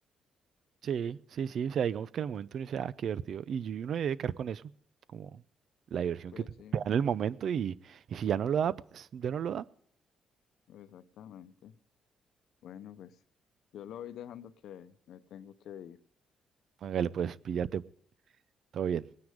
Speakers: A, on the right (about 60°); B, on the left (about 75°).
A: Sí, sí, sí, o sea, digamos que en el momento uno dice, ah, qué divertido, y y uno debe quedar con eso, como la diversión
B: pues
A: que te te
B: sí,
A: da en el momento, y, y si ya no lo da, pues ya no lo da,
B: exactamente, bueno, pues yo lo voy dejando que me tengo que ir.
A: hágale, pues, píllate, todo bien.